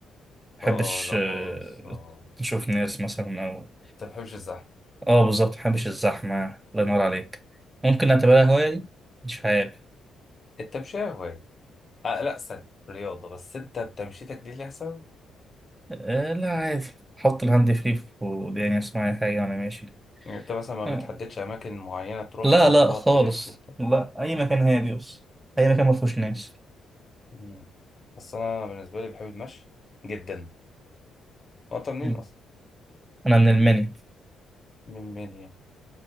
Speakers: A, on the right; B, on the left.
A: مبحبش
B: اه آه، لا
A: آه،
B: بص آه.
A: أشوف ناس مثلا أو
B: انت ما بتحبش الزحمة
A: آه بالظبط مبحبش الزحمة الله ينور عليك ممكن أعتبرها هواية دي مش عارف
B: التمشية هواية آه لا استنى رياضة بس انت بتمشيتك دي ليها سبب
A: آه لا عادي حط الهاند فري في وداني اسمع اي حاجة وانا ماشي
B: يعني انت مثلا ما
A: آه.
B: بتحددش أماكن معينة تروحها
A: لا
B: وتقعد
A: لا خالص
B: تلف وبتاع
A: لا اي مكان هادي بس اي مكان ما فيهوش ناس
B: مم. بس أنا بالنسبة لي بحب المشي جدا وأنت منين
A: مم.
B: أصلا؟
A: انا من المنيا
B: من المنيا